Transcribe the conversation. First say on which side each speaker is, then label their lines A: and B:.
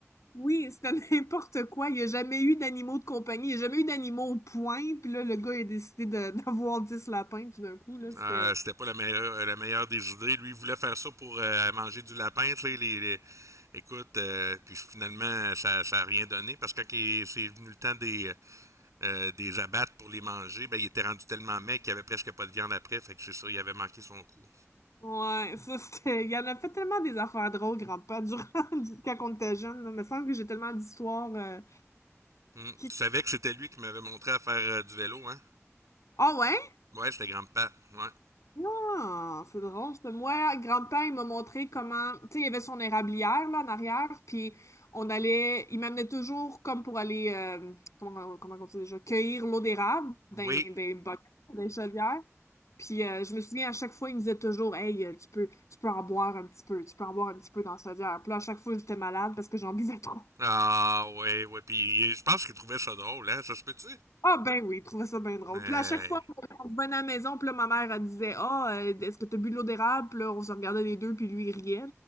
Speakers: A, on the left; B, on the right.
A: Oui, c'était <laughs> n'importe quoi. Il n'y a jamais eu d'animaux de compagnie. Il n'y a jamais eu d'animaux au point. Puis là, le gars, il a décidé de- <laughs> d'avoir 10 lapins tout d'un coup. Là, c'était...
B: Euh, c'était pas la meilleure, euh, la meilleure des idées. Lui, il voulait faire ça pour euh, manger du lapin, tu sais, les, les- Écoute, euh, puis finalement, ça, ça a rien donné, parce que quand il- c'est venu le temps des, euh, des abattre pour les manger, ben, il était rendu tellement maigre qu'il avait presque pas de viande après, fait que c'est ça, il avait manqué son coup.
A: Ouais, ça, c'était... Il y en a fait tellement des affaires drôles, grand-père, durant... <laughs> quand on était jeune. là. Il me semble que j'ai tellement d'histoires... euh,
B: Hmm.
A: qui...
B: Tu savais que c'était lui qui m'avait montré à faire euh, du vélo, hein?
A: Ah ouais?
B: Ouais, c'était grand-père. Ouais.
A: Ah, c'est drôle. ça. Moi, grand-père, il m'a montré comment. Tu sais, il y avait son érablière, là, en arrière, puis on allait. Il m'amenait toujours comme pour aller. euh, comment, comment on dit déjà? Cueillir l'eau d'érable dans
B: Oui.
A: des bocaux, des chaudières. Puis euh, je me souviens, à chaque fois, il me disait toujours, Hey, euh, tu peux, tu peux en boire un petit peu, tu peux en boire un petit peu dans la chaudière. Puis là, à chaque fois, j'étais malade parce que j'en buvais trop.
B: Ah, ouais, ouais. Puis je pense qu'il trouvait ça drôle, hein? Ça se peut-tu?
A: Ah, ben oui, il trouvait ça bien drôle.
B: Mais
A: Puis là, à chaque fois, on revenait à la maison, puis là, ma mère, elle disait, Ah, euh, est-ce que tu as bu de l'eau d'érable? Puis là, on se regardait les deux, puis lui, il riait.